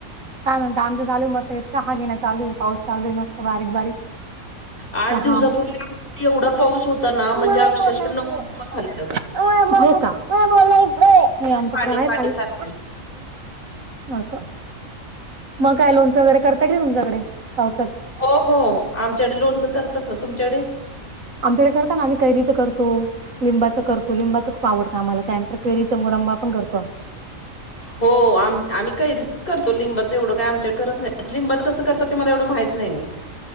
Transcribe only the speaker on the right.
काय म्हणता, आमच चालू मस्त चहा घेणं चालू आहे पाऊस चालू आहे मस्त बारीक बारीक.
चहा
मला
बोलायचंय
हो का? नाही आमच्याकडे
आहे
पाऊस.
असं, मग काय लोणंच वगैरे करताय की तुमच्याकडे पावसात.
आमच्याकडे करता ना आम्ही कैरीच करतो. लिंबाच करतो लिंबाचं खूप आवडं आम्हाला. त्यानंतर कैरीचा मुरंबा पण करतो आम्ही.